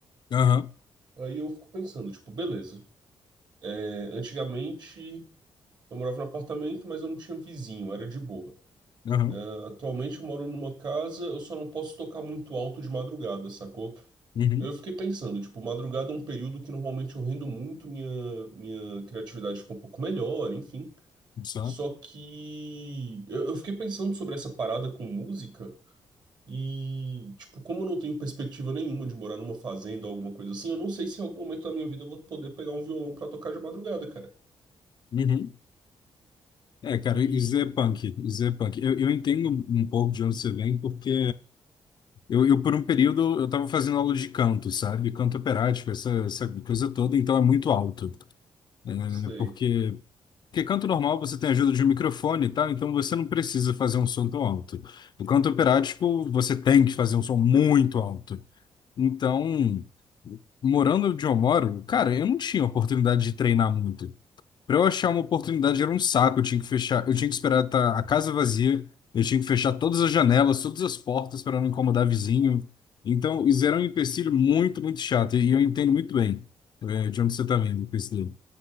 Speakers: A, on the left; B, on the right.
A: Aham,
B: Aí eu fico pensando, tipo, beleza. É, antigamente Eu morava no apartamento, mas eu não tinha vizinho, era de boa.
A: aham,
B: Atualmente eu moro numa casa, eu só não posso tocar muito alto de madrugada, sacou?
A: uhum,
B: Eu fiquei pensando, tipo, madrugada é um período que normalmente eu rendo muito, minha, minha criatividade fica um pouco melhor, enfim.
A: só,
B: Só que eu, eu fiquei pensando sobre essa parada com música e, tipo, como eu não tenho perspectiva nenhuma de morar numa fazenda ou alguma coisa assim, eu não sei se em algum momento da minha vida eu vou poder pegar um violão pra tocar de madrugada, cara.
A: uhum. É, cara,
B: E
A: isso é punk, isso é punk. Eu, eu entendo um pouco de onde você vem, porque eu, eu, por um período, eu estava fazendo aula de canto, sabe? Canto operático, essa, essa coisa toda, então é muito alto. né?
B: sei.
A: Porque, porque canto normal você tem ajuda de um microfone e tal, então você não precisa fazer um som tão alto. No canto operático, você tem que fazer um som muito alto. Então, morando onde eu moro, cara, eu não tinha oportunidade de treinar muito. Para eu achar uma oportunidade era um saco, eu tinha que fechar, eu tinha que esperar tá a casa vazia, eu tinha que fechar todas as janelas, todas as portas para não incomodar vizinho. Então, isso era um empecilho muito, muito chato, e eu entendo muito bem, é, de onde você está vindo com isso daí.